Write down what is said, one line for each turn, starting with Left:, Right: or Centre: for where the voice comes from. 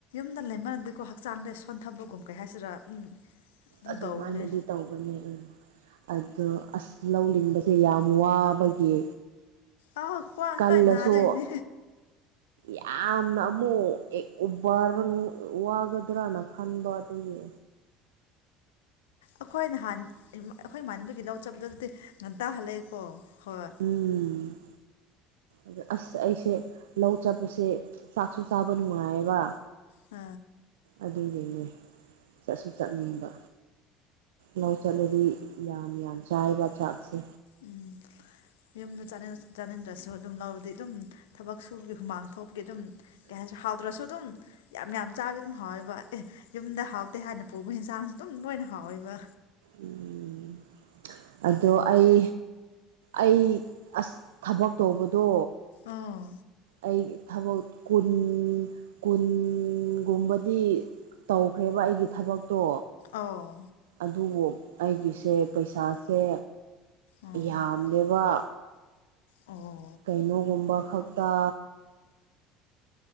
Left: ꯁꯝꯗ ꯂꯩꯃꯥꯟꯅꯗꯗꯤꯀꯣ ꯍꯛꯆꯥꯡꯗꯩ ꯁꯣꯟꯊꯕꯒꯨꯝ ꯀꯩ ꯍꯥꯏꯁꯤꯔ ꯎꯝ ꯑꯗꯨꯝ
Right: ꯑꯗꯨꯃꯥꯏꯅꯗꯤ
Left: ꯇꯧꯕꯅꯦ
Right: ꯇꯧꯕꯅꯦ ꯎꯝ ꯑꯗꯣ ꯑꯁ ꯂꯧꯅꯤꯡꯕ ꯁꯦ ꯌꯥꯝ ꯋꯥꯕꯒꯤ
Left: ꯑꯥ ꯈ꯭ꯋꯥꯡ
Right: ꯀꯜꯂꯁꯨ
Left: ꯂꯣꯏ ꯅꯥꯗꯣꯏꯅꯦ
Right: ꯌꯥꯝꯅ ꯑꯃꯨꯛ ꯑꯦ ꯎꯕ ꯋꯥꯒꯗ꯭ꯔꯅ ꯈꯟꯕ ꯑꯗꯨꯒꯤ
Left: ꯑꯩꯈꯣꯏ ꯅꯍꯥꯟ ꯑꯩꯈꯣꯏ ꯏꯃꯅꯗꯨꯒꯤ ꯂꯧ ꯆꯕꯗ ꯑꯗꯨꯗꯤ ꯉꯟꯇꯥ ꯍꯜꯂꯛꯑꯦꯀꯣ ꯍꯣꯏ
Right: ꯎꯝ ꯑ ꯑꯁ ꯑꯩꯁꯦ ꯂꯧ ꯆꯠꯄꯁꯦ ꯆꯥꯛꯁꯨ ꯆꯥꯕ ꯅꯨꯡꯉꯥꯏꯌꯦꯕ
Left: ꯑ
Right: ꯑꯗꯨꯗꯨꯅꯦ ꯆꯠꯁꯨ ꯆꯠꯅꯤꯡꯕ ꯂꯧ ꯆꯠꯂꯗꯤ ꯌꯥꯝ ꯌꯥꯝ ꯆꯥꯏꯕ ꯆꯥꯛꯁꯦ
Left: ꯎꯝ ꯌꯨꯝꯗ ꯆꯥꯅꯤꯡꯗ꯭ꯔꯁꯨ ꯑꯗꯨꯝ ꯂꯧꯔꯗꯤ ꯑꯗꯨꯝ ꯊꯕꯛ ꯁꯨꯕꯒꯤ ꯍꯨꯃꯥꯡ ꯊꯣꯛꯄꯈꯤ ꯑꯗꯨꯝ ꯀ ꯍꯥꯏ ꯍꯥꯎꯗ꯭ꯔꯁꯨ ꯑꯗꯨꯝ ꯌꯥꯝ ꯌꯥꯝ ꯆꯥꯕꯗꯤ ꯑꯗꯨꯝ ꯍꯥꯎꯋꯦꯕ ꯑꯦ ꯌꯨꯝꯗ ꯍꯥꯎꯇꯦ ꯍꯥꯏꯅ ꯄꯨꯕ ꯌꯦꯟꯁꯥꯡꯁꯨ ꯑꯗꯨꯝ ꯂꯣꯏꯅ ꯍꯥꯎꯋꯦꯕ
Right: ꯎꯝ ꯑꯗꯣ ꯑꯩ ꯑꯩ ꯑꯁ ꯊꯕꯛ ꯇꯧꯕꯗꯣ
Left: ꯑꯥ
Right: ꯑꯩꯒꯤ ꯊꯕꯛ ꯀꯨꯟ ꯀꯨꯟꯒꯨꯝꯕꯗꯤ ꯇꯧꯈ꯭ꯔꯦꯕ ꯑꯩꯒꯤ ꯊꯕꯛꯇꯣ
Left: ꯑꯧ
Right: ꯑꯗꯨꯕꯨ ꯑꯩꯒꯤꯁꯦ ꯄꯩꯁꯥꯁꯦ
Left: ꯑꯥ
Right: ꯌꯥꯝꯅꯦꯕ
Left: ꯑꯣ
Right: ꯀꯩꯅꯣꯒꯨꯝꯕ ꯈꯛꯇ